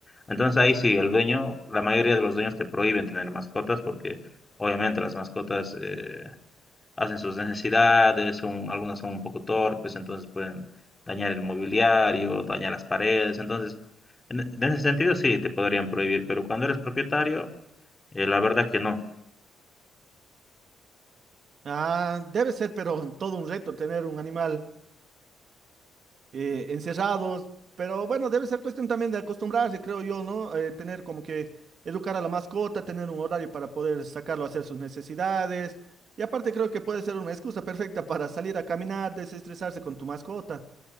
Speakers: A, on the left; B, on the right.
A: Entonces ahí sí, el dueño, la mayoría de los dueños te prohíben tener mascotas porque obviamente las mascotas eh, hacen sus necesidades, son, algunas son un poco torpes, entonces pueden dañar el mobiliario, dañar las paredes. Entonces, en, en ese sentido sí, te podrían prohibir, pero cuando eres propietario, eh, la verdad que no.
B: Ah, debe ser, pero todo un reto tener un animal. eh, encerrados, pero bueno, debe ser cuestión también de acostumbrarse, creo yo, ¿no? Eh, tener como que educar a la mascota, tener un horario para poder sacarlo a hacer sus necesidades. Y aparte creo que puede ser una excusa perfecta para salir a caminar, desestresarse con tu mascota.